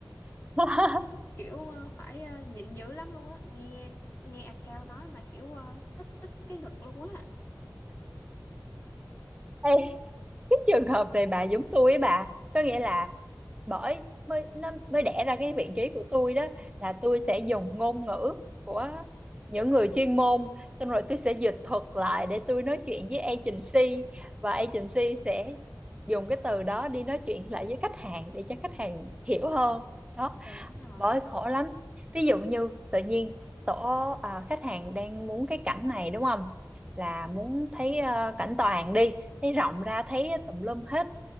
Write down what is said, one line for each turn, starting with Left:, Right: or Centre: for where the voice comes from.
Right: <laughs>
Left: kiểu ờ, phải ờ, nhịn dữ lắm luôn á nghe nghe account nói mà kiểu ờ, tức tức cái ngực luôn á
Right: Ê, cái trường hợp này bà giống tôi ấy bà có nghĩa là bởi mới nó mới đẻ ra cái vị trí của tôi đó là tôi sẽ dùng ngôn ngữ của những người chuyên môn xong rồi tôi sẽ dịch thuật lại để tôi nói chuyện với agency và agency sẽ dùng cái từ đó đi nói chuyện lại với khách hàng để cho khách hàng hiểu hơn đó
Left: đúng rồi
Right: bởi khổ lắm ví dụ như tự nhiên tổ à, khách hàng đang muốn cái cảnh này đúng không là muốn thấy à, cảnh toàn đi thấy rộng ra thấy tùm lum hết